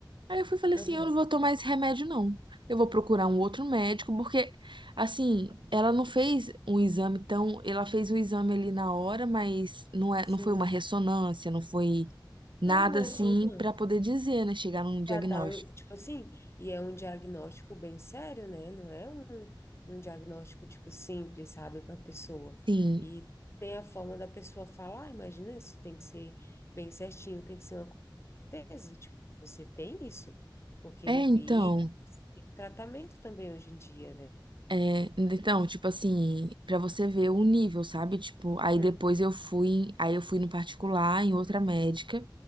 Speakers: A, on the right; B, on the left.
A: Aí eu fui e falei assim,
B: Aham.
A: eu não vou tomar esse remédio, não. Eu vou procurar um outro médico, porque, assim, ela não fez um exame tão... Ela fez o exame ali na hora, mas não é,
B: Sim.
A: não foi uma ressonância, não foi nada
B: Não imagina.
A: assim pra poder dizer, né? Chegar num diagnóstico.
B: para dar um, tipo assim, e é um diagnóstico bem sério, né? Não é um, um diagnóstico, tipo, simples, sabe, para a pessoa.
A: Sim.
B: E tem a forma da pessoa falar, imagina, isso tem que ser bem certinho, tem que ser uma certeza, tipo, você tem isso, porque
A: É,
B: eu vi
A: então,
B: tratamento também hoje em dia, né?
A: é, então, tipo assim, pra você ver o nível, sabe? Tipo, aí
B: Uhum,
A: depois eu fui, aí eu fui no particular, em outra médica,